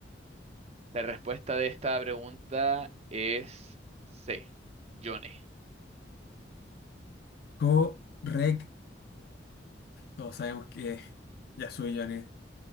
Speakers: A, on the right; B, on the left.
A: la respuesta de esta pregunta es C, Yone.
B: Correcto. Todos sabemos que Yasuo y Yone